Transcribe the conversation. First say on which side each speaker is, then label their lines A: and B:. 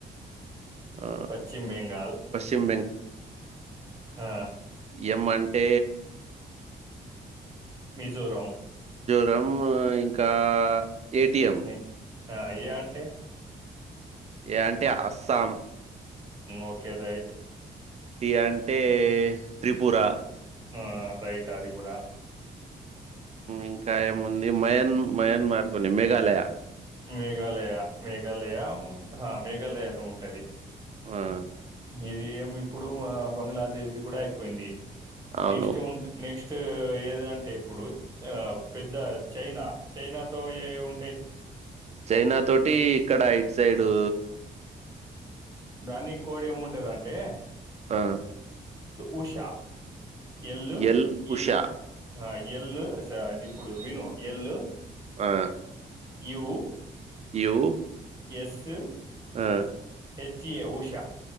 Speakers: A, on the right; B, on the right.
A: ఆ,
B: పశ్చిమ్ బెంగాల్
A: పశ్చిమ
B: ఆ..
A: ఏం అంటే..
B: మిజోరం
A: రం ఇంకా ఏటిఎం
B: ఎ ఆ ఏ అంటే
A: ఏ అంటే అస్సాం
B: ఓకే రైట్
A: టి అంటే త్రిపుర
B: ఆ రైట్ అది కూడా
A: ఇంకా ఏముంది మయన్ మయన్మార్కుని మేఘాలయ
B: మేఘాలయ మేఘాలయ మేఘాలయ అని ఉంటది
A: వా
B: ఇది ఏమి ఇప్పుడు బంగ్లాదేశ్ది కూడా అయిపోయింది
A: అవును
B: నెక్స్ట్ ఉ నెక్స్ట్ ఏదం టే ఇప్పుడు ఆ పెద్ద చైనా చైనాతో ఏ ఉంటాయి
A: చైనా తోటి ఇక్కడ ఇట్ సైడూ....
B: దానికి కోడ్ ఏముంటదంటే
A: ఆ
B: Usha L
A: L
B: U
A: Usha
B: ఆ ఎల్లుజాడి ఇప్పుడు విను ఎల్లు
A: ఆ..
B: యూ
A: యు
B: ఎస్సు
A: ఆ
B: హెచ్ ఎ ఉష